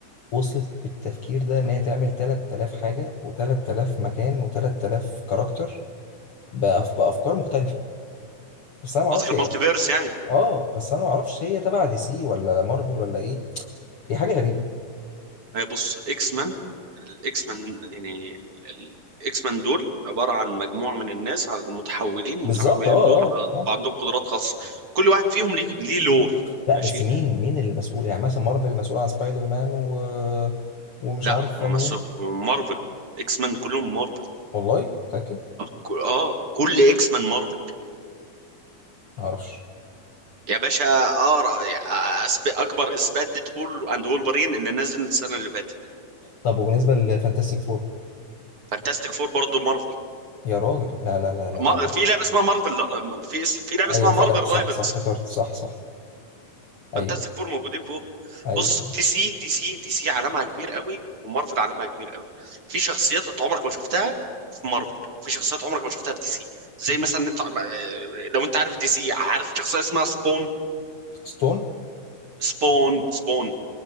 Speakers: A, on the left (about 65°); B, on the right (about 40°).
A: وصلت بالتفكير ده ان هي تعمل 3000 حاجه و3000 مكان و3000 كاركتر بأف... بافكار مختلفه بس انا ما
B: قصدك
A: اعرفش
B: المالتي
A: هي
B: فيرس يعني
A: اه بس انا ما اعرفش هي تبع دي سي ولا مارفل ولا ايه هي حاجه غريبه
B: هي بص اكس مان الاكس مان يعني الاكس مان دول عبارة عن مجموعة من الناس على المتحولين المتحولين
A: بالظبط اه
B: دول
A: اه اه
B: ح- عندهم قدرات خاصة كل واحد فيهم ليه ليه لور
A: لا
B: ماشي
A: بس مين مين المسؤول يعني مثلا مارفل مسؤول عن سبايدر مان و... ومش
B: لا
A: عارف
B: هم
A: مين
B: مسوا مارفل اكس مان كلهم مارفل
A: والله متاكد
B: اه ك- آه، كل اكس مان مارفل
A: ما اعرفش
B: يا باشا اقرا آه، رأي- آه، أسب- اكبر اثبات ديدبول اند وولفرين اللي نزل السنه اللي فاتت
A: طب وبالنسبه لفانتاستيك فور
B: فانتاستيك فور برضه مارفل
A: يا راجل لا لا لا لا
B: ما-
A: لا لا
B: في لعبه اسمها مارفل في اس- في لعبه اسمها
A: ايوه
B: مارفل
A: فعلا صح
B: رايفلز
A: صح افتكرت صح صح
B: فانتاستيك
A: ايوه
B: فور موجودين فوق
A: ايوه
B: بص
A: ايوه
B: دي سي دي سي دي سي عالمها كبير قوي ومارفل عالمها كبير قوي في شخصيات انت عمرك ما شفتها في مارفل في شخصيات عمرك ما شفتها في دي سي زي مثلا انت آه، لو انت عارف دي سي عارف شخصيه اسمها سبون
A: ستون
B: سبون سبون